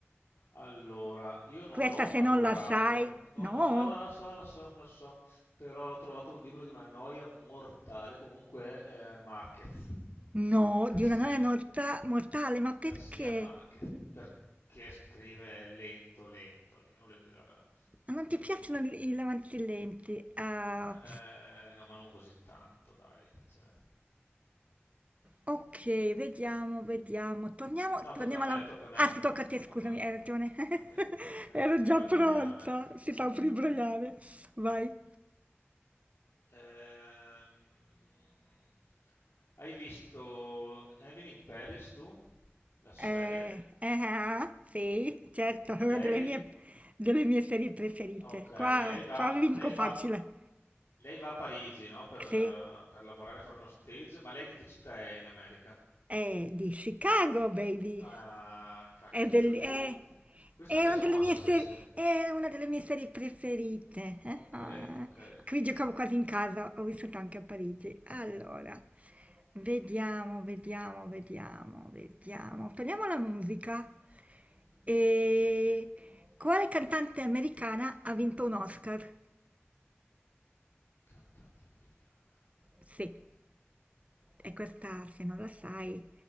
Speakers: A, on the left; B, on the right.
A: Allora, io non
B: Questa
A: l'ho
B: se
A: adorato,
B: non la sai,
A: no,
B: no,
A: no, la, la- la so, la so, la so, però l'ho trovato un libro di una noia mortale, comunque eh, Márquez,
B: no,
A: Garcia,
B: di una noia nota- mortale, ma
A: Garcia
B: perché?
A: Márquez, perché scrive lento, lento, lento, non le- guarda.
B: Ma Non ti piacciono i i romanzi lenti? Ah,
A: Eh, no, ma non così tanto, dai, cioè.
B: Ok, vediamo, vediamo. Torniamo,
A: No,
B: torniamo
A: tocca a me,
B: alla...
A: tocca a me,
B: Ah, si tocca a te,
A: tocca
B: scusami,
A: a me,
B: hai ragione.
A: attenzione,
B: <laughs> Ero
A: ti
B: già
A: voglio
B: pronta.
A: imbrogliare.
B: Si sta per imbrogliare. Vai.
A: Ehm, hai visto Emily in Paris tu? La serie?
B: Eh, eh, ah, sì, certo, è una
A: Lei,
B: delle mie, delle mie serie preferite.
A: ok,
B: Qua,
A: lei va,
B: qua vinco
A: lei
B: facile.
A: va, lei va a Parigi, no? Per, eh,
B: Sì,
A: per lavorare, fare uno stage, ma lei di che città è in America?
B: è di Chicago, baby.
A: Ah, cacchio,
B: È, belli-
A: questa pensavo,
B: è-
A: questa
B: è
A: pensavo
B: una delle
A: non la
B: mie
A: sapesse.
B: serie, è una delle mie serie preferite. Eh,
A: Ok,
B: ah.
A: ok.
B: Qui giocavo quasi in casa, ho vissuto anche a Parigi. Allora, vediamo, vediamo, vediamo, vediamo. Torniamo alla musica. E quale cantante americana ha vinto un Oscar?
A: Cantante americana.
B: Sì, e questa, se non la sai,